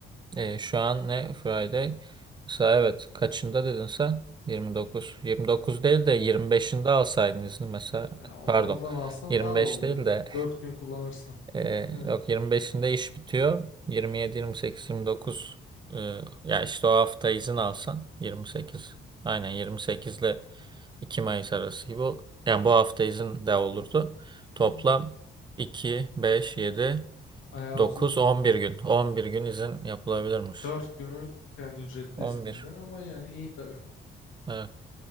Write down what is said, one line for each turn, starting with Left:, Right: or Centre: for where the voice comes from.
Right: e, şu an ne Friday? Mesela evet kaçında dedin sen? 29. 29 değil de 25'inde alsaydın izni mesela.
Left: E, o-
Right: Pardon.
Left: oradan alsan
Right: 25
Left: daha da oluyor.
Right: değil de
Left: 4 gün kullanırsan.
Right: <laughs> e,
Left: Evet.
Right: yok 25'inde iş bitiyor. 27, 28, 29 e, ya işte o hafta izin alsan 28. Aynen 28'le 2 Mayıs arası gibi ol- yani bu hafta izin de olurdu. Toplam
Left: Hmm.
Right: iki, beş, yedi,
Left: Bayağı
Right: dokuz,
Left: uzun.
Right: on bir gün. 11 gün izin yapılabilirmiş.
Left: dört günü kendi ücretli
Right: on
Left: izninden
Right: bir.
Left: ama yani iyi tabii.
Right: Evet.